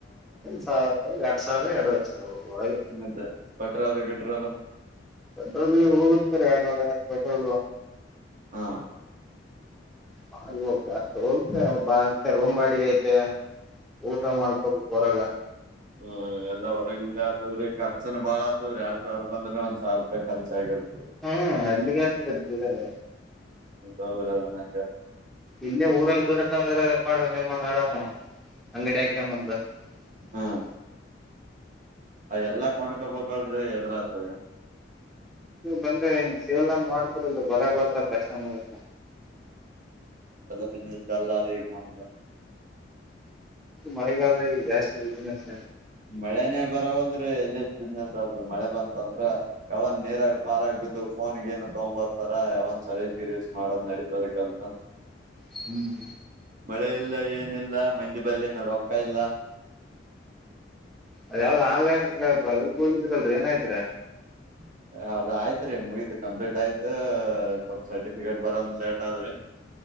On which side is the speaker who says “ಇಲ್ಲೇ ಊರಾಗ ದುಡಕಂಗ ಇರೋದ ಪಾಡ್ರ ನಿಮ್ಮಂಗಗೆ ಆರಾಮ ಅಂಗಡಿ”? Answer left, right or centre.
Centre